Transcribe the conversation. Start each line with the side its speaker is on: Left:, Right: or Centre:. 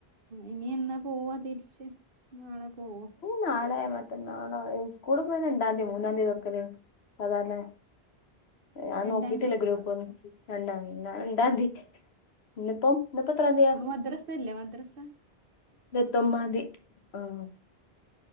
Right: ഇനി എന്നാ പോവ തിരിച്ച് നാളെ പോവോ
Left: നാളായ മറ്റനാളൊ സ്കൂളി പോ രണ്ടാം തീയതി മൂന്നാം തീയതി തുറക്കല് സാധാരണ. ഞാൻ
Right: രണ്ടാം
Left: നോക്കിട്ടില്ല
Right: തീയതി അല്ലേ
Left: ഗ്രൂപ്പ്
Right: തുറക്ക
Left: ഒന്നും രണ്ടാ രണ്ടതിയതി ഇന്നിപോ ഇന്നിപ്പ എത്രന്തിയാ?
Right: അപ്പൊ മദ്രസ ഇല്ലേ മദ്രസ
Left: ഇരുപത്തൊമ്പതാ ന്തി ആഹ.